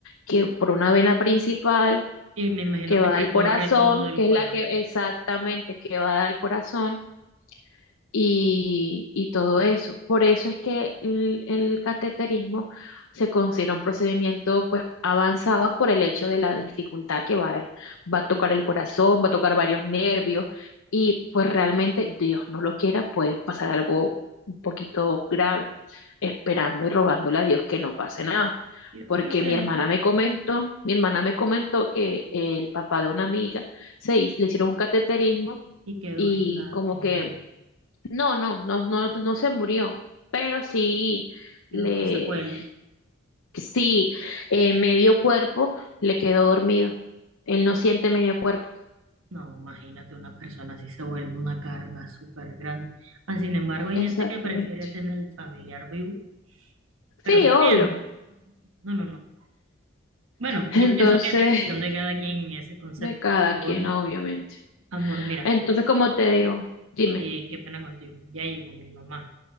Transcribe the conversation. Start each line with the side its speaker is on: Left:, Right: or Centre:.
Left: que por una vena principal
Right: Y me imagino
Left: que va
Right: que recorre
Left: al corazón,
Right: todo el
Left: que
Right: cuerpo.
Left: es la que exactamente que va al corazón y, y todo eso. Por eso es que el, el cateterismo se considera un procedimiento pues avanzado por el hecho de la dificultad que va, va a tocar el corazón, va a tocar varios nervios y pues realmente Dios no lo quiera, puede pasar algo un poquito grave, esperando y rogándole a Dios que no pase nada.
Right: Yo espero
Left: Porque
Right: que
Left: mi hermana
Right: no.
Left: me comentó, mi hermana me comentó que el papá de una amiga se hizo- le hicieron un cateterismo
Right: Y quedó
Left: y
Right: en la,
Left: como
Right: en,
Left: que no, no, no, no, no se murió, pero sí, le,
Right: quedó con secuelas.
Left: sí, eh, medio cuerpo le quedó dormido. Él no siente medio cuerpo.
Right: No, imagínate una persona así se vuelve una carga súper grande. Ah, sin embargo, hay
Left: Exactamente.
Right: gente que prefiere tener el familiar vivo,
Left: Sí,
Right: pero sufriendo.
Left: obvio.
Right: No, no, no. Bueno,
Left: <laughs> Entonces,
Right: yo pienso que es decisión de cada quien en ese concepto.
Left: de cada
Right: Yo,
Left: quien, obviamente.
Right: amor, mira,
Left: Entonces, como te digo, dime.
Right: eh, qué pena contigo. Ya llegó mi mamá